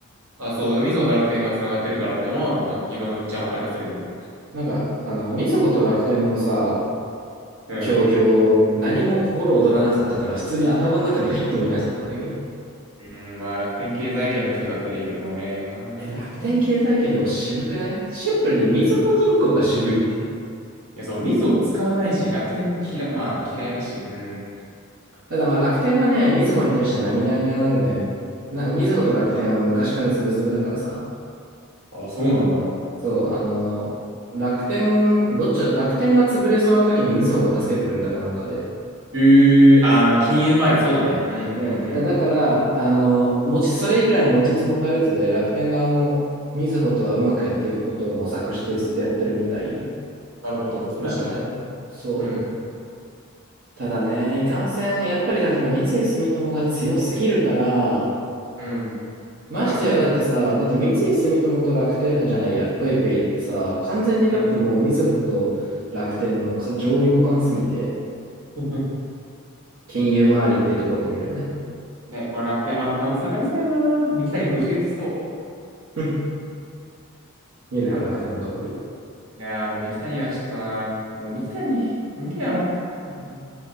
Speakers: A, on the right (about 80°); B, on the right (about 60°).
A: あ、そう、だからミソと楽天が繋がってるからっていうのは、なんか昨日兄ちゃんお金のすれで見た。
B: なんか、あの、みずほと楽天のさ、
A: うん。
B: 協業、何も心躍らなかったから、普通に頭の中に入ってもいなかったんだけど。
A: うん、まあ楽天経済圏の人だったらいいけども、俺、なあ、楽天使わない。
B: え、楽天経済圏でも渋くないシンプルにみずほ銀行が渋いって。
A: いや、そう、ミソ使わないし、楽天嫌、まあ嫌いだし、うん。
B: ただまあ楽天はね、みずほに対して並々ならぬ、な、みずほと楽天は昔からズブズブだからさ。
A: あ、そうなんだ。
B: そう、あの、楽天、どっちだ、楽天が潰れそうな時にみずほが助けてくれたかなんかで。
A: えー、あー、まあ金融周り、そうだね。うんうんうん。
B: そう。えだから、あの、持ち、それ以来持ちつ持たれつで、楽天側もみずほとはうまくやっていくことを模索してずっとやってるみたい
A: なるほど。それは知らなかった。
B: なんだよね。そう。
A: うん。
B: ただね、いかんせん、やっぱりだから三井住友が強すぎるから、
A: うん。
B: ましてや、
A: 今回さらに、
B: だってさ、だって三井住友と楽天、あ、じゃないや、ペイペイってさ、完全にだってもうみずほと楽天のか上位互換すぎて、
A: うん <laughs>
B: 金融周りっていうところで見ればね
A: ね、これ楽天また株下がりそうやな。三木谷ぶち切れてそ
B: <laughs> 見るから楽天の株。
A: う。いやー。いやーもう三木谷はちょっとな、もう三木谷、無理やろ。うん、